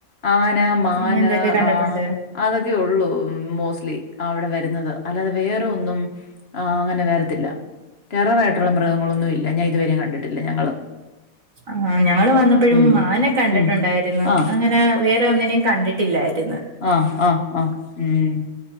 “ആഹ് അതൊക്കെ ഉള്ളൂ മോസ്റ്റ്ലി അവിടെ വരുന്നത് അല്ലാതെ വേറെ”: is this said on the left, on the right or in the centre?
Left